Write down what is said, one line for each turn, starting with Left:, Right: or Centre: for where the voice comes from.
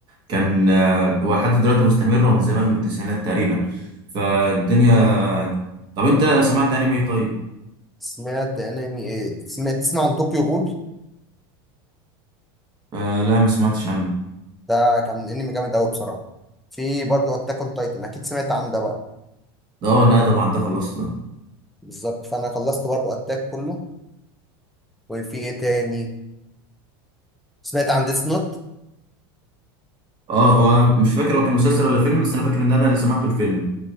Right: كان آه، هو لحد دلوقتي مستمر ومن زمان من التسعينات تقريبا فالدنيا طب انت سمعت انمي ايه طيب
Centre: سمعت أنمي إيه سمعت تسمع عن طوكيو غول
Right: آه لا ما سمعتش عنه
Centre: ده كان أنمي جامد أوي بصراحة في برضه أتاك أون تايتن أكيد سمعت عن ده بقى
Right: اه لا طبعا ده خلصت
Centre: بالظبط فأنا خلصت برضه أتاك كله وفي إيه تاني سمعت عن ديس نوت
Right: اه هو أنا مش فاكر هو كان مسلسل ولا فيلم بس انا فاكر ان انا اللي سمعته الفيلم